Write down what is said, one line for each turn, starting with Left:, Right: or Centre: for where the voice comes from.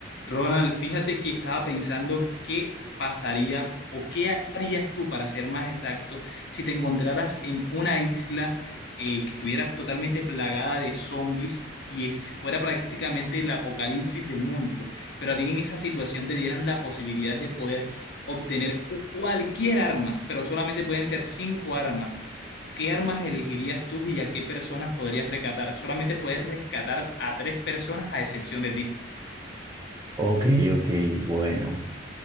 Left: Ronald, fíjate que estaba pensando qué pasaría o qué harías tú, para ser más exacto, si te encontraras en una isla eh, que estuviera totalmente plagada de zombies y es- fuera prácticamente el apocalipsis del mundo. Pero a ti en esa situación te dieran la posibilidad de poder obtener cu- cualquier arma, pero solamente pueden ser cinco armas. ¿Qué armas elegirías tú y a qué personas podrías rescatar? Solamente puedes rescatar a tres personas a excepción de ti.
Right: Ok, ok, bueno.